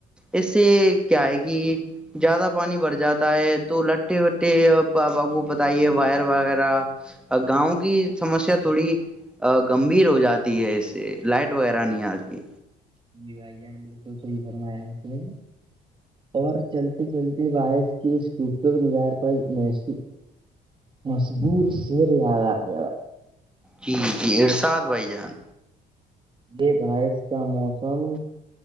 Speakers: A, in the centre; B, on the right.
A: اس سے کیا ہے گ زیادہ پانی بھر جاتا ہے تو لٹھے وٹھے پاپا کو بتائیے وائر وغیرہ گاؤں کی سمسیا تھوڑی گمبھیر ہو جاتی ہے اس سے لائٹ وغیرہ نہیں آتی
B: جی آائیان بالکل صحی فرمایا آپ نے اور چلتی چلتی بائک کی اسکوٹر مزار پر محسو مضبور سییریا آ گ
A: جی جی ارشاد بھائی جان
B: یہ بارش کا موسم